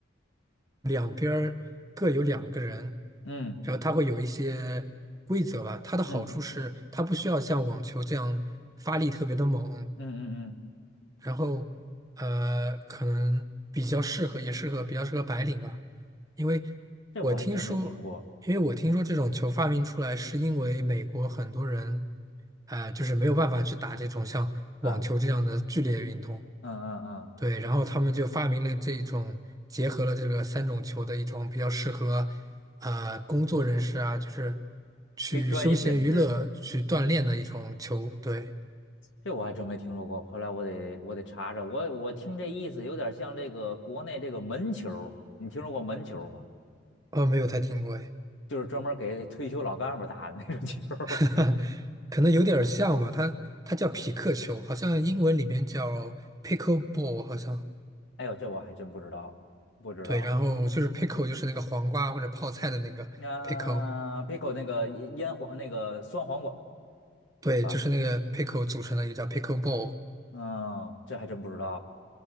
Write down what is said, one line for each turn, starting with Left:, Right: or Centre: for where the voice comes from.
Right: 两边儿各有两个人，
Left: 嗯嗯
Right: 然后它会有一些规则吧。它的好处是它不需要像网球这样发力特别的猛，
Left: 嗯嗯嗯嗯，
Right: 然后呃，可能比较适合，也适合比较适合白领吧，因为
Left: 这我还真没听过
Right: 我听说，因为我听说这种球发明出来是因为美国很多人，呃，就是没有办法去打这种像网球这样的剧烈运动，
Left: 啊。嗯嗯嗯，
Right: 对，然后他们就发明了这种结合了这个三种球的一种比较适合，呃，工作人士啊，就是去休闲娱乐去锻炼的一种球，
Left: 非专业认知，
Right: 对，
Left: 这我还真没听说过。后来我得我得查查，我我听这意思有点像这个国内这个门球儿你听说过门球儿吗？
Right: 哦，没有太听过，哎。
Left: 就是专门给退休老干部打的那种球儿。
Right: <laughs> 可能有点儿像吧，它它叫匹克球，好像英文里面叫 pickleball，好像
Left: <laughs> 哎呦，这我还真不知道，不知道。
Right: 对，然后就是 pickle 就是那个黄瓜或者泡菜的那个
Left: 啊，Pico
Right: pickle，
Left: 那个腌黄那个酸黄瓜
Right: 对，
Left: 啊，
Right: 就是那个 pickle 组成的一个叫 pickleball。
Left: 嗯，这还真不知道。